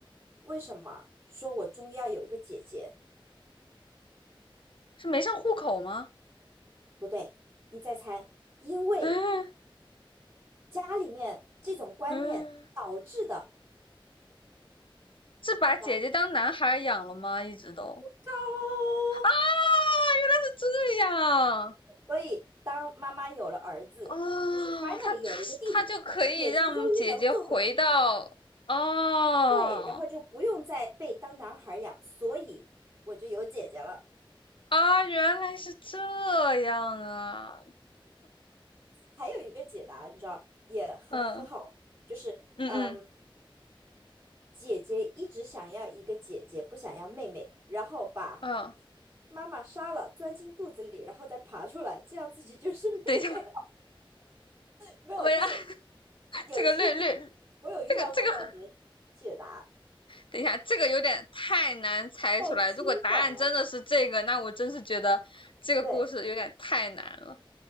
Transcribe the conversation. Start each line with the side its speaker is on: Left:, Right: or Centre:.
Right: 为什么说我终于要有一个姐姐？
Left: 是没上户口吗？
Right: 不对，你再猜，因为。
Left: <laughs> 嗯
Right: 家里面这种观念导致的
Left: 嗯，是把姐姐当男孩养了吗？
Right: 来
Left: 一直都
Right: 高，
Left: 啊，原来是这样。
Right: 所以当妈妈有了儿子，
Left: 哦，
Right: 就是 finally
Left: 他他他就可以让姐姐回到哦
Right: 有了一个弟弟，姐姐终于能做回自己，对，然后就不用再被当男孩养，所以我就有姐姐了。
Left: 啊，原来是这样啊，
Right: 还有一个解答，你知道也很很好玩就是嗯，
Left: 嗯嗯嗯
Right: 姐姐一直想要一个姐姐，不想要妹妹，然后把
Left: 嗯，
Right: 妈妈杀了，钻进肚子里，然后再爬出来，这样自己就是妹妹。
Left: 等一下，
Right: 没有，
Left: 我要
Right: 就是
Left: <laughs>
Right: 有一些
Left: 这个略略，
Right: <laughs> 我有遇到过这样子的解答，
Left: 这个这个，等一下，这个有点太难猜出来。
Right: 太惊悚了。
Left: 如果答案真的是这个，那我真是觉得这个故事有点太难了。
Right: 对